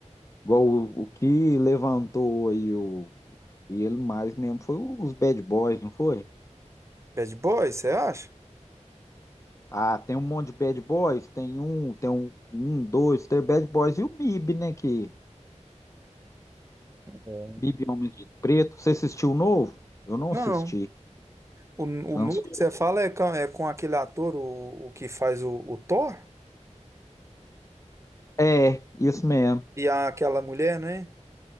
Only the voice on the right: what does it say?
Bad Boys, você acha?
É.
Não.
O, o
novo que você fala é com, é com aquele ator, o, o que faz o, o Thor?
E a- aquela mulher, né?